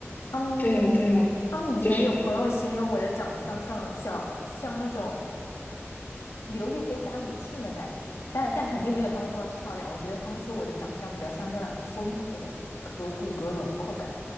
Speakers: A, on the left (about 85°); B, on the left (about 40°).
A: 他们
B: 对呀，对呀，
A: 他们以前有朋友形容我的长相像小像那种
B: 就是
A: 刘亦菲加李沁的感觉，但但肯定没有他们这么漂亮。我觉得他们说我的长相比较像这两个风格的和骨骼轮廓感。